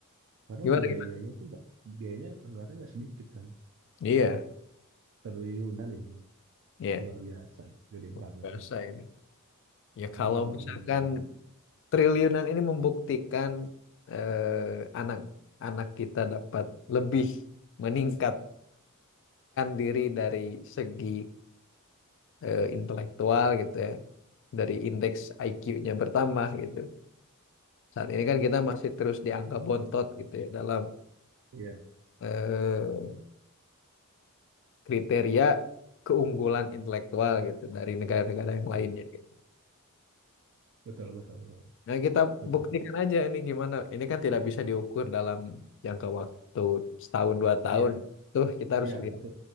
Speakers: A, on the right; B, on the left.
A: karena
B: Gimana
A: biayanya
B: gimana?
A: tuh nggak, biayanya anggarannya nggak sedikit kan.
B: Iya,
A: Triliunan ini,
B: iya.
A: luar biasa, gede
B: luar
A: banget
B: Biasa
A: ini.
B: ini. Ya kalau
A: Ini uang
B: misalkan
A: negara.
B: triliunan ini membuktikan eh, anak anak kita dapat lebih meningkatkan diri dari segi eh, intelektual gitu ya dari indeks IQ-nya bertambah gitu saat ini kan kita masih terus di angka bontot gitu ya dalam
A: Iya,
B: eh, kriteria keunggulan intelektual gitu dari negara-negara yang
A: iya,
B: lainnya gitu.
A: betul, betul, betul,
B: Nah, kita
A: betul.
B: buktikan aja ini gimana. Ini kan tidak bisa diukur dalam jangka waktu setahun dua tahun
A: Iya,
B: tuh kita harus
A: iya,
B: lihat
A: itu